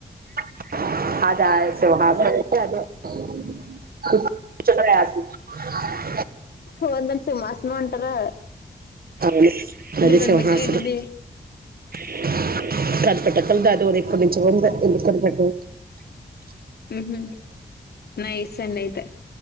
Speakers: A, on the right; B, on the left.
A: <unintelligible> <unintelligible> <inaudible>
B: <inaudible> ఉంటార
A: అవును అది
B: మీరు కనిపెట్టారేంటండి
A: సింహాసనం <inaudible>
B: హ్ నై <unintelligible> సన్నైతే